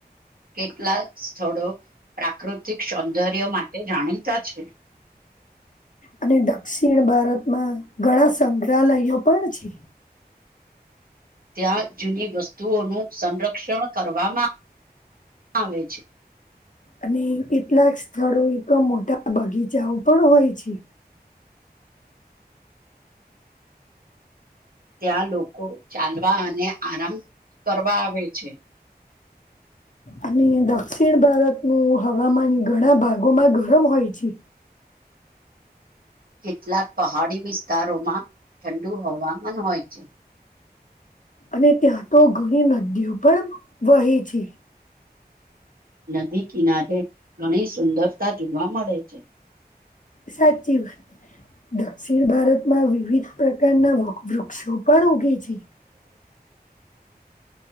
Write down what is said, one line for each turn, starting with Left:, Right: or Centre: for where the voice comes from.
Right: કેટલાક સ્થળો પ્રાકૃતિક સૌંદર્ય માટે જાણીતા છે
Left: અને દક્ષિણ ભારતમાં ઘણા સંગ્રહાલયો પણ છે
Right: ત્યાં જૂની વસ્તુઓનું સંરક્ષણ કરવામાં આવે હા બે છે
Left: અને કેટલાક સ્થળો એ તો મોટા બગીચાઓ પણ હોય છે
Right: ત્યાં લોકો ચાલવા અને આરામ કરવા આવે છે
Left: અને દક્ષિણ ભારતનુંું હવામાન ઘણા ભાગોમાં ગરમ હોય છે
Right: કેટલાક પહાડી વિસ્તારોમાં ઠંડુ હવામાન હોય છે
Left: અને ત્યાં તો ઘણી નદીઓ પણ વહી છે
Right: નદી કિનારે ઘણી સુંદરતા જોવા મળે છે
Left: સાચી વાત દક્ષિણ ભારતમાં વિવિધ પ્રકારના વૃક્ષો પણ ઉગે છે